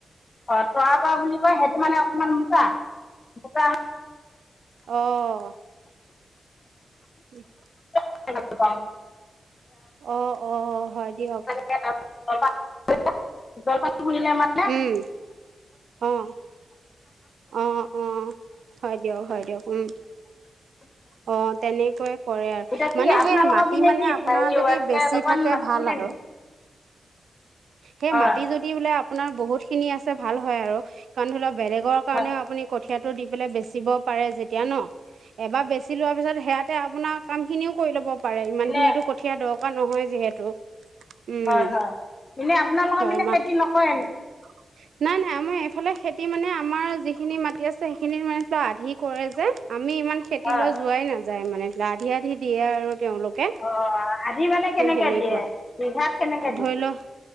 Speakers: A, on the left; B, on the right.
A: অ', তৰা পৰা বুলি কয় সেইটো মানে অকমান মোটা, মোটা
B: অ'। <unintelligible>
A: <unintelligible>
B: অ'-অ' হয় দিয়ক।
A: <unintelligible> শুনিলে মানে
B: উম, অ'। অ'-অ', হয় দিয়ক, হয় দিয়ক, উম। অ', তেনেকৈয়ে কৰে আৰু,
A: এতিয়া কি
B: মানে
A: আপোনালোকৰ
B: সেইয়া মাটি
A: পিনে
B: মানে
A: কি
B: আপোনাৰ
A: হেৰি
B: যদি
A: এনেকে
B: বেছি
A: জলপান
B: থাকে
A: নাছিলে
B: ভাল আৰু।
A: নেকি
B: সেই
A: হয়
B: মাটি যদি বোলে আপোনাৰ বহুত খিনি আছে, ভাল হয় আৰু। কাৰণ ধৰি লওক, বেলেগৰ কাৰণেও
A: হয়
B: আপুনি কঠিয়টো দি পেলাই বেচিব পাৰে যেতিয়া ন, এবাৰ বে সিচি লোৱাৰ পিছত সেয়াতে আপোনাৰ কামখিনিও কৰি ল'ব পাৰ, ইমানখিনীটো
A: এনে
B: কঠীয়া দৰকাৰ নহয় যিহেতু। উম,
A: হয়-হয়, এনেয় আপোনালোকৰ
B: হয়
A: পিনে
B: মাত
A: খেতি নকৰে নেকি?
B: <unintelligible> নাই নাই, আমাৰ এইফালে খেতি মানে, আমাৰ যিখিনি মাটি আছে সেইখিনি মানে আধি কৰে যে, আমি ইমান খেতিলৈ
A: হয়
B: যোৱাই নাযায় মানে, আধি আধি দিয়ে আৰু তেওঁলোক কে,
A: অঁ আধি মানে কেনেকৈ
B: সেই সেনেকুৱা,
A: দিয়ে বিঘাত কেনেকৈ দিয়ে
B: ধৰি লও